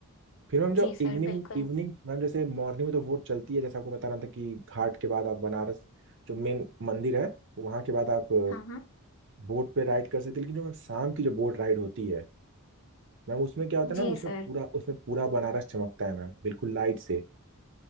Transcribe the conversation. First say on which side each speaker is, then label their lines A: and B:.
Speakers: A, on the right (about 55°); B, on the left (about 60°).
A: फिर मैम जो
B: जी
A: इवनिंग
B: सर बिल्कुल
A: इवनिंग मैम जैसे मॉर्निंग में तो वोट चलती है जैसे आपको बता रहा था कि घाट के बाद आप बनारस जो मेन मंदिर है वहाँ के बाद आप
B: हाँ हाँ
A: बोट पे राइड कर सकते हैं लेकिन जो मैम शाम की जो बोट राइड होती है मैम उसमें क्या होता
B: जी
A: है ना उसमें
B: सर
A: पूरा उसमें पूरा बनारस चमकता है मैम बिल्कुल लाइट से